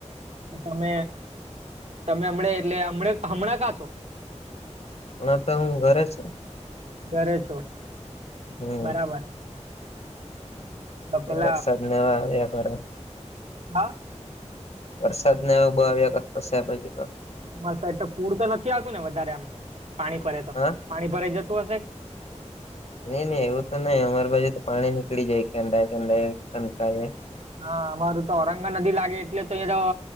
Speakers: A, on the right; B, on the left.
A: તો તમે, તમે અમણે એટલે અમડે હમણાં કાંછો?
B: અમણા તો હું ઘરે છે
A: ઘરે છો,
B: હમ
A: બરાબર. તો પેલા
B: એ વરસાદને એવા આવ્યા કરે
A: હા!
B: વરસાદને એવુ બો આવ્યા કરતું સે આ બાજુ તો.
A: તમાર સાઈડ તો પૂર તો નથી આવતુને વધારે આમ, પાણી પરે તો,
B: હા
A: પાણી ભરાઈ જતું હશે!
B: ની ની એવું તો નઈ, અમાર બાજુ તો પાણી નીકળી જાય કેંડાઈ કેંડાઈ <unintelligible>
A: હાં, અમારું તો ઔરંગા નદી લાગે એટલે તહીંયા તો,